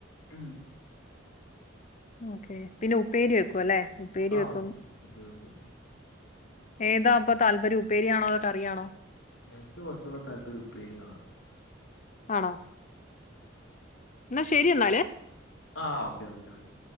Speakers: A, on the left; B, on the left.
A: ഉം
B: ഓക്കെ. പിന്നെ ഉപ്പേരി വെക്കും അല്ലെ. ഉപ്പേരി
A: ആ
B: വെക്കും
A: ഓക്കെ വെക്കും
B: ഏതാപ്പൊ താല്പര്യം. ഉപ്പേരിയാണൊ അതൊ കറിയാണൊ?
A: എനിക്ക് കൊർച്ചൂടെ താല്പര്യം ഉപ്പേരിയാണ്.
B: ആണൊ. എന്നാ ശരി എന്നാല്.
A: ആഹ് ഓക്കെ, ഓക്കെ, ഓക്കെ